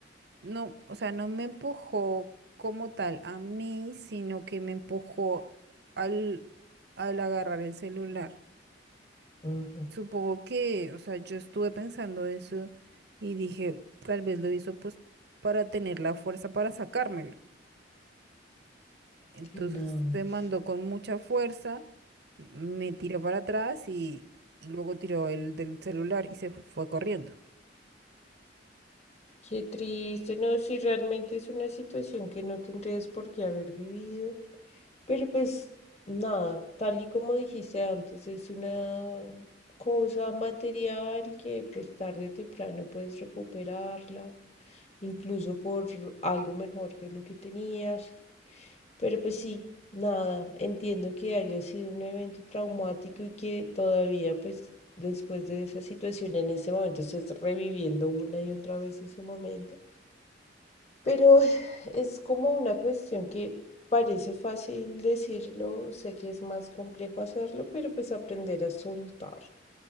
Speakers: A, on the right; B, on the left.
A: no, o sea, no me empujó como tal a mí, sino que me empujó al, al agarrar el celular.
B: Ujú.
A: Supongo que, o sea, yo estuve pensando eso y dije, tal vez lo hizo pues para tener la fuerza para sacármelo. Entonces
B: Tenaz.
A: te mando con mucha fuerza, me tiró para atrás y, y luego tiró el del celular y se fue corriendo.
B: Qué triste, no, si realmente es una situación que no tendrías por qué haber vivido. Pero pues nada, tal y como dijiste antes, es una cosa material que pues tarde o temprano puedes recuperarla. incluso por algo mejor que lo que tenías. Pero pues sí, nada, entiendo que haya sido un evento traumático y que todavía pues después de esa situación en ese momento estés reviviendo una y otra vez ese momento. Pero <sighs> es como una cuestión que parece fácil decirlo, sé que es más complejo hacerlo, pero pues aprender a soltar.